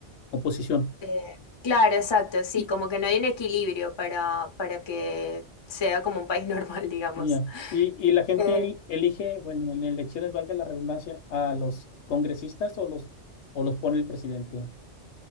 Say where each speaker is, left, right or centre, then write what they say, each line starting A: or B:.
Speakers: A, on the left; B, on the left.
A: Oposición.
B: eh, claro, exacto, sí,
A: Y,
B: como que no hay un equilibrio para, para que sea como un país <laughs> normal, digamos.
A: ya. Y, y la gente
B: Eh,
A: el- elige, bueno, en elecciones, valga la redundancia, a los congresistas o los, o los pone el presidente. <laughs>